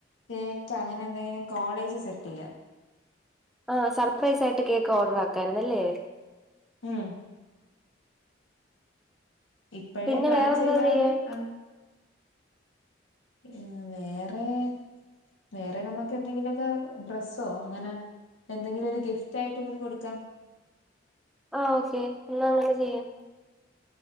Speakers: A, on the left; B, in the centre.
A: കേക്കേ അങ്ങനെ എന്തെങ്കിലും കോളേജ് സെറ്റ് ചെയ്യാം
B: ആ സർപ്രൈസായിട്ട് കേക്ക് ഓർഡറാക്കായിരുന്നല്ലേ
A: ഉം ഇപ്പഴേ
B: പിന്നെ
A: പ്ലാൻ
B: വേറെന്തോ
A: ചെയ്താലേ
B: ചെയ്യാൻ
A: അന്ന് ഏഹ് വേറെ വേറെ നമുക്ക് എന്തെങ്കിലുക്കെ ഡ്രസ്സോ അങ്ങനെ എന്തെങ്കിലും ഒരു ഗിഫ്റ്റ് ആയിട്ട് കൂടി കൊടുക്കാം
B: ആഹ് ഓക്കെ എന്നാ അങ്ങനെ ചെയ്യാം